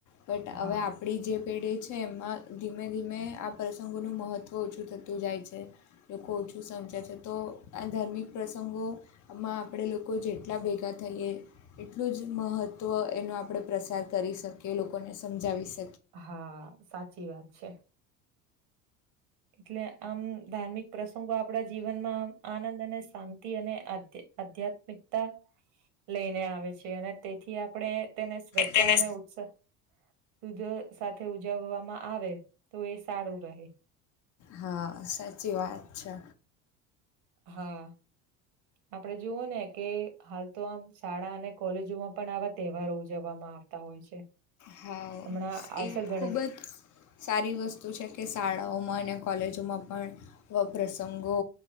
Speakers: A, on the left; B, on the right.
A: બટ
B: હા
A: હવે આપણી જે પેઢી છે એમાં ધીમે ધીમે આ પ્રસંગોનું મહત્ત્વ જ ઓછું થતું જાય છે લોકો ઓછું સમજાય છે તો આ ધાર્મિક પ્રસંગોમાં આપણે આપણે લોકો જેટલા ભેગા થઈએ એટલું જ મહત્ત્વ એનો આપણે પ્રસાર કરી શકીએ લોકોને સમજાવીશ
B: હા સાચી વાત છે એટલે આમ ધાર્મિક પ્રસંગો આપણા જીવનમાં આમ આનંદ અને શાંતિ અને આધ્યા આધ્યાત્મિકતા લઈને આવે છે અને તેથી આપણે તેને શ્રદ્ધા
A: તેને
B: અને ઉત્સાહ દૂધ સાથે ઉજવવામાં આવે તો એ સારું રહે
A: હા સાચી વાત છે
B: હા આપડે જોવું ને કે હાલ તો આમ શાળા અને કોલેજોમાં પણ આવા તહેવારો ઉજવવામાં આવતા હોય છે
A: હા
B: હમણાં આવશે
A: એ
B: ગણેશ
A: ખૂબ જ સારી વસ્તુ છે કે શાળાઓમાં અને કોલેજોમાં પણ પ્રસંગો